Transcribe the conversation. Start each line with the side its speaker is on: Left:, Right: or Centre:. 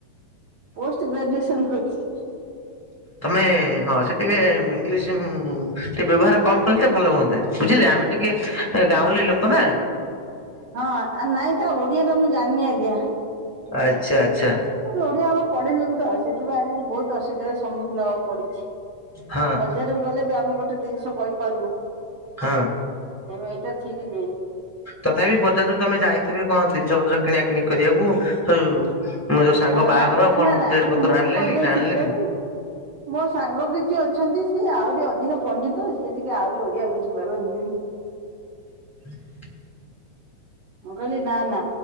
Right: ପୋଷ୍ଟ ଗ୍ରାଜୁଏସନ୍ କରୁଛି।
Left: ତମେ ହଁ ସେ ଟିକେ ଇଂଲିଶ ଟିକେ ବ୍ୟବହାର କମ କଲେ ତ ଭଲ ହୁଅନ୍ତା। ବୁଝିଲେ ଆମେ ଟିକେ ଗାଉଁଲି ଲୋକ ନା।
Right: ହଁ ନାଇଁ ତ ଓଡିଆରେ ମୁଁ ଜାଣିନି ଆଜ୍ଞା।
Left: ଆଚ୍ଛା। ଆଚ୍ଛା
Right: ଏତେ ବି ଓଡିଆ ଆମେ ପଢିଲୁନି ତ ସେଥିପାଇଁ ଆମକୁ ବହୁତ ଅସୁବିଧାର ସମ୍ମୁଖୀନ ହବାକୁ ପଡୁଛି।
Left: ହଁ।
Right: ବଜାରକୁ ଗଲେ ବି ଆମେ ଗୋଟେ ଜିନିଷ କହିପାରୁନୁ।
Left: ହଁ
Right: ତେଣୁ ଏଇଟା ଠିକ୍ ନୁହେଁ।
Left: ତଥାପି ବଜାର ରରୁ ତମେ ଯାଇଥିବେ କଣ ଜିନିଷ ପତ୍ର କିଣା କିଣି କରିବାକୁ। ହ
Right: ହଁ
Left: ମୋ ଯୋଉ ସାଙ୍ଗ
Right: ହଁ
Left: ବାହାଘର
Right: ନା
Left: କଣ
Right: ନା ନା
Left: ଡ୍ରେସ ପତ୍ର
Right: ମୁଁ
Left: ଆଣିଲେଣି
Right: କହିଦଉଛି
Left: ନା ଆଣିଲେଣିି।
Right: ତେଣୁ ମୋ ସାଙ୍ଗ କିଛି ଅଛନ୍ତି ସିଏ ଆହୁରି ଅଧିକ ପଣ୍ଡିତ ସିଏ ଟିକେ ଆହୁରି ଓଡିଆ ବୁଝିପାରନ୍ତିନି।
Left: ହ। <inaudible>
Right: ମୁଁ କହିଲି ନା ନା